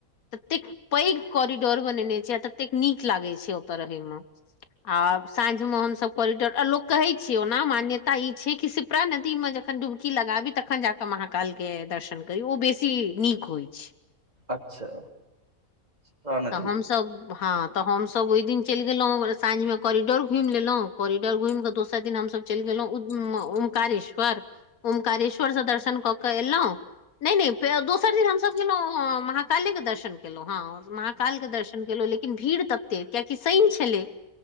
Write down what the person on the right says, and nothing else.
अच्छा! प्राण नदी